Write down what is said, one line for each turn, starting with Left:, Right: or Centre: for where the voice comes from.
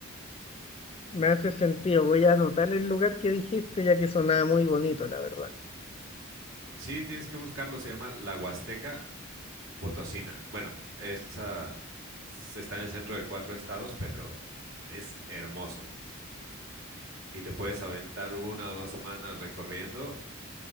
Left: me hace sentido. Voy a anotar el lugar que dijiste, ya que sonaba muy bonito, la verdad.
Right: Sí, tienes que buscarlo, se llama La Huasteca Potosina. Bueno, esa s- está en el centro de cuatro estados, pero es hermoso. Y te puedes aventar una o dos semanas recorriendo